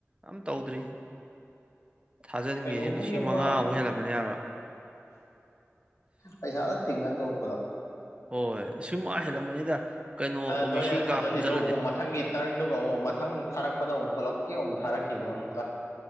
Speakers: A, on the right; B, on the left.
A: ꯑꯝ ꯇꯧꯗ꯭ꯔꯤ ꯊꯥꯖꯤꯟꯈ꯭ꯔꯁꯦ
B: ꯀꯩꯅꯣꯒꯤ
A: ꯂꯤꯁꯤꯡ
B: ꯑꯃ
A: ꯃꯉꯥ ꯑꯛ ꯍꯜꯂꯝꯃꯅꯦ ꯍꯥꯏꯕ
B: ꯄꯩꯁꯥꯗ ꯇꯤꯡꯉ ꯇꯣꯛꯄꯗꯣ
A: ꯍꯣꯏ ꯂꯤꯁꯤꯡ ꯃꯉꯥ ꯍꯦꯜꯂꯝꯃꯅꯤꯗ ꯀꯩꯅꯣ ꯑꯣ
B: ꯅꯣꯏꯅ
A: ꯕꯤ ꯁꯤ
B: ꯊꯥꯖꯤꯜꯂꯤꯗꯣ
A: ꯀꯥ ꯄꯨꯟꯁꯤꯜꯂꯗꯤ
B: ꯑꯃꯨꯛ ꯃꯊꯪꯒꯤ ꯇꯔꯟꯗꯨꯒ ꯑꯃꯨꯛ ꯃꯊꯪ ꯊꯥꯔꯛꯄꯗ ꯑꯃꯨꯛ ꯄꯨꯂꯞꯀꯤ ꯑꯃꯨꯛ ꯊꯥꯔꯛꯈꯤꯅꯦ ꯑꯃꯨꯛꯀ